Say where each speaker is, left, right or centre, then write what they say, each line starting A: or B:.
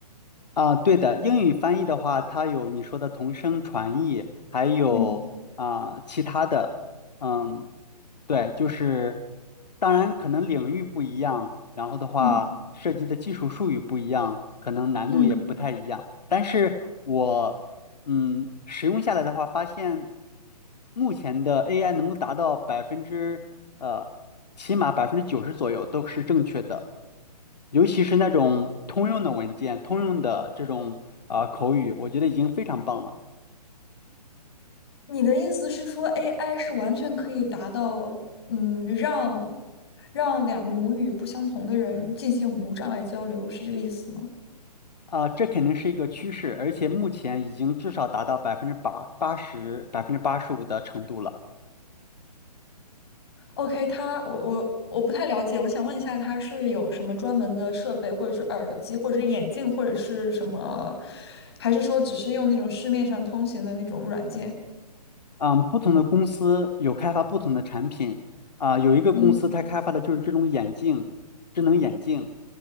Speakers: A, on the left; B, on the left.
A: 啊，对的，英语翻译的话，它有你说的同声传译，还有啊、
B: 嗯
A: 其他的，嗯，对，就是当然可能领域不一样，然后的话涉及的技术术语不一样，
B: 嗯
A: 可能难度也不太一样。
B: 嗯。
A: 但是我嗯使用下来的话，发现目前的 AI 能够达到百分之呃起码百分之九十左右都是正确的，尤其是那种通用的文件、通用的这种啊、呃口语，我觉得已经非常棒了
B: 你的意思是说，AI 是完全可以达到，嗯，让让两个母语不相同的人进行无障碍交流，是这个意思吗
A: 啊、这肯定是一个趋势，而且目前已经至少达到百分之八八十、百分之八十五的程度了。
B: ？OK，它，我我我不太了解，我想问一下，它是有什么专门的设备，或者是耳机，或者是眼镜，或者是什么，还是说只是用那种市面上通行的那种软件？
A: 嗯，不同的公司有开发不同的产品啊，有一个公司它开发的就是这种眼镜，
B: 嗯
A: 智能眼镜，